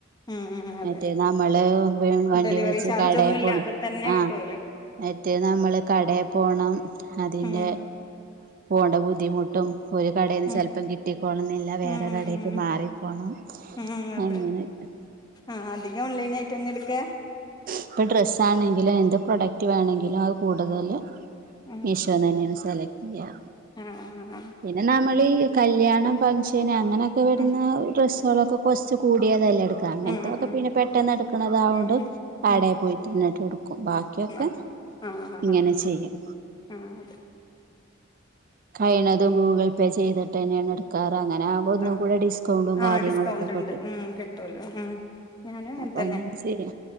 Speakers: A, on the left; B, on the right.
A: ഉം ഉം അതെ
B: മറ്റേ നമ്മള് വണ്ടി
A: ഡെലിവറി
B: വിളിച്ച്
A: ചാർജ്
B: കടയെ
A: ഒന്നും ഇല്ലാതെ
B: പോണം
A: തന്നെ
B: ആഹ്
A: കിട്ടുവല്ലോ
B: മറ്റേ നമ്മള് കടയിൽ പോണം അതിന്റെ
A: ഉം
B: പോകേണ്ട ബുദ്ധിമു ട്ടും ഒരു കടയിന്ന്
A: ഉം
B: ചെലപ്പം കിട്ടിക്കോണം എന്നില്ല വേറെ
A: ഉം
B: കടക്ക് മാറിപ്പോണം
A: ഉം അതെ
B: ആങ്ങനെക്കെ
A: ആഹ് അധികം ഓൺലൈൻ ആയിട്ട് തന്നെ എടുക്ക
B: ഇപ്പോൾ ഡ്രസ്സ് ആണെങ്കിലും എന്ത് പ്രൊഡക്റ്റ് വേണമെങ്കിലും അത് കൂടുതല്
A: ഉം
B: മീശോ തന്നെയാണ് സെലക്ട്ചെയ്യ
A: ആഹ് ആഹ്
B: പിന്നെ നമ്മള് ഈ കല്യണം ഫങ്ക്ഷന് അങ്ങനെയൊക്കെ വരുന്ന
A: ഉം
B: ഡ്രസ്സുകളൊക്കെ കുറച്ച് കൂടിയതെല്ലാം എടുക്കുക അങ്ങനത്തൊക്കെ
A: ഉം ഉം
B: പിന്നെ പെട്ടന്ന് എടുക്കണതായോണ്ട്
A: ഉം
B: കടയിൽ
A: ഉം ഉം
B: പോയി എന്നിട്ട് എടുക്കും ബാക്കിയൊക്കെ
A: ആഹ് ആഹ്
B: ഇങ്ങനെ
A: ആഹ്
B: ചെയ്യും
A: ആഹ് അതെ
B: കയിണതും ഗൂഗിൾ പേ ചെയ്തിട്ട് തന്നെയാണ് എടുക്കാറ് അങ്ങനെ അപ്പ ഒന്നും
A: ആഹ്
B: കൂടെ ഡിസ്കൗണ്ടും കാര്യങ്ങളൊക്കെ
A: ആഹ് ഡിസ്കൗണ്ട്
B: കിട്ടും
A: ഉണ്ട് ഉം കിട്ടുവല്ലോ ഉം ഞാനും
B: അപ്പൊ
A: തന്നെ
B: അങ്ങനെ ചെയ്യ